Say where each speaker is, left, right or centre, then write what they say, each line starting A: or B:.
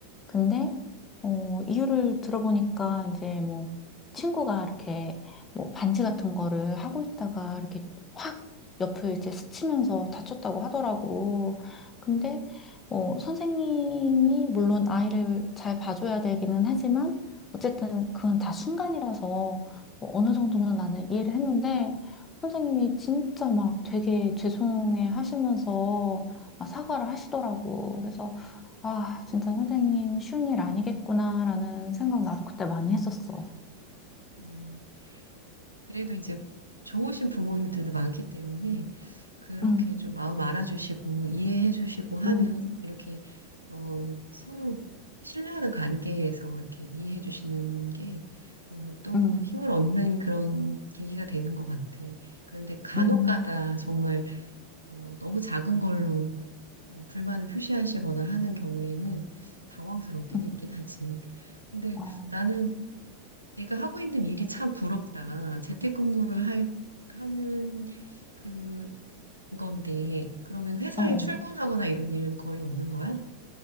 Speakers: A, on the left (about 20°); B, on the right (about 85°).
A: 근데 어, 이유를 들어보니까 이제 뭐 친구가 이렇게 뭐 반지 같은 거를 하고 있다가 이렇게 확 옆을 이제 스치면서 다쳤다고 하더라고. 근데
B: 어.
A: 어, 선생님이 물론 아이를 잘 봐줘야 되기는 하지만 어쨌든 그건 다 순간이라서 뭐 어느 정도는 나는 이해를 했는데 선생님이 진짜 막 되게 죄송해 하시면서 막 사과를 하시더라고. 그래서 아, 진짜 선생님 쉬운 일 아니겠구나라는 생각 나도 그때 많이 했었어.
B: 음, 그래도 이제 좋으신 부모님들도 많기 때문에 그렇게
A: 응,
B: 좀 마음 알아주시고 이해해주시고 하면
A: 응,
B: 이렇게 어, 서로 신뢰하는 관계에서 이렇게 이해해주시는 게 어, 또
A: 응,
B: 힘을 얻는 그런 계기가 되는 것 같아. 그런데 간혹
A: 응,
B: 가다 정말 어, 너무 작은 걸로 어, 불만을 표시하시거나 하는 경우에는 당황스러울 때도
A: 응.
B: 있긴 하지. 근데
A: 어,
B: 나는 내가 하고 있는 일이 참 부럽다. 재택근무를 할, 하는 그 건데, 그러면 회사에
A: 어, 어.
B: 출근하거나 이런 일은 거의 없는 거야?